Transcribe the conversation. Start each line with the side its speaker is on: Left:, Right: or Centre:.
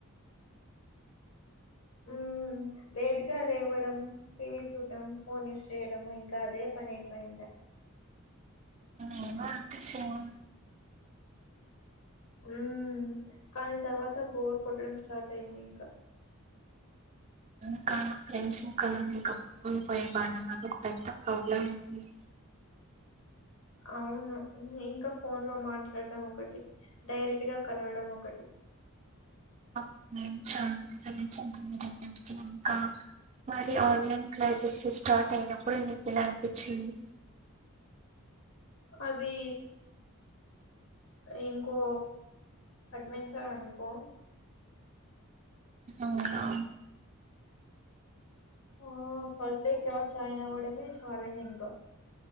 Left: ఉ లేట్ గా లేవడం టీవీ చూడ్డం ఫోన్ యాజ్ చేయడం ఇంకా అదే పని అయిపోయింది
Right: నేను అంతె సేమ్
Left: <inaudible> కాని తర్వాత బోర్ కొట్టడం స్టార్ట్ అయింది ఇంక <inaudible>
Right: ఇంకా ఫ్రెండ్స్ ఇంకలా మీకన్ పోయే వాళ్ళ మాది ఒక పెద్ద ప్రాబ్లం అయితుంది
Left: అవును ఇంక ఫోన్ లో మాట్లాడటం ఒకటి డైరెక్ట్ గా కలవడం ఒకటి
Right: అవును మేమ్ చాలా విఫలించి ఉంటుంది రెండిటికి ఇంకా మరి ఆన్లైన్ క్లాసెస్ స్టార్ట్ అయినప్పుడు నీకు ఎలా అనిపించింది
Left: అది ఇంకో అడ్వెంచర్ అనుకో
Right: అవును
Left: ఆ ఫస్ట్ డే క్లాస్ జాయిన్ అవ్వడమే ఛాలెంజింగ